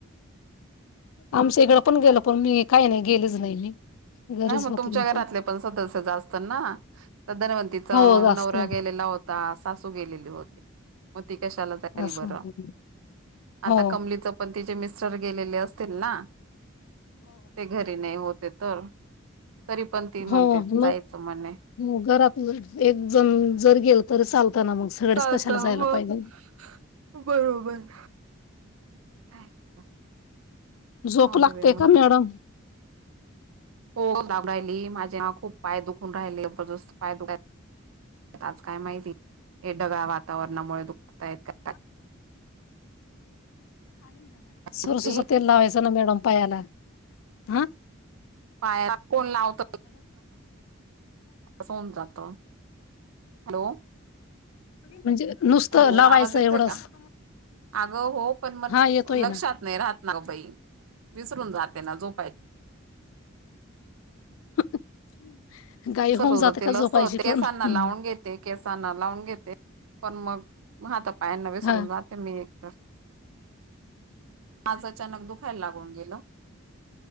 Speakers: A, on the left (about 70°); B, on the right (about 80°).
A: आमच्या इकडं पण गेल पण मी काही नाही गेलीच नाही मी घरीच
B: नाही मग
A: होते
B: तुमच्या
A: मी
B: घरातले पण सदस्य जा असतात ना धनवंतीचा
A: हो जास्त
B: नवरा गेलेला होता. सासू गेलेली होती म ती कशाला जाईल
A: असं
B: बर
A: हो
B: आता
A: हो
B: कमलीच पण तिचे मिस्टर गेलेले असतील ना. ते घरी नाही होते तर तरी पण ती म्हणते
A: हो
B: जायचं
A: मग
B: म्हणणे.
A: हो घरातलं एक जण जर गेल तर चालतना मग सगळेच
B: चालत
A: कशाला जायला
B: मग
A: पाहिजे
B: बरोबर. <inaudible> जाऊदे
A: झोप लागते
B: बाई म्हटलं
A: का मॅडम
B: हो दाबरायली माझे ह खूप पाय दुखून राहिले जबरदस्त पाय दुखायला आज काय माहिती हे ढगळ्या वातावरणामुळे दुखताय का?
A: ह <inaudible> सरसु
B: काय
A: तेल लावायचना मॅडम पायाला हह.
B: पाय कोण लावत होऊन जात <unintelligible> हॅलो.
A: म्हणजे नुसतं
B: हॅलो
A: लावायचं
B: आवाज येतोय
A: एवढंच.
B: का अगं हो पण म
A: हा येतोय
B: लक्षात
A: ना
B: नाही राहत ना ग बाई विसरून जातेे ना झोपायची.
A: <inaudible>
B: सरसो
A: जाते
B: च तेल
A: का झोपायची
B: असत केसांना
A: पण हम्म.
B: लावून घेत. ते केसांना लावून घेते पण मग हाता पायांना विसरून
A: हा
B: जाते मी एकतर आज अचानक दुखायला लागून गेलं